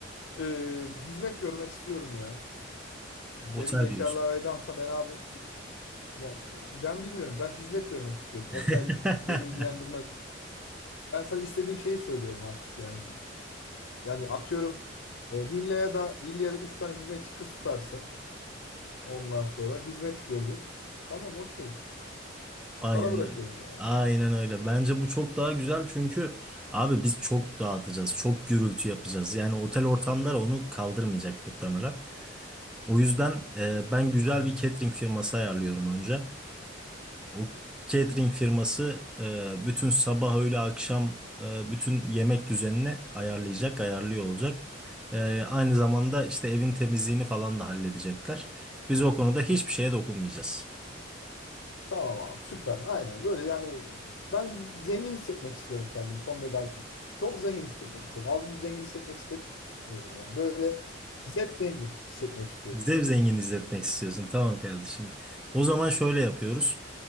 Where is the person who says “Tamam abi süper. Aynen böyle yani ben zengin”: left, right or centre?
Left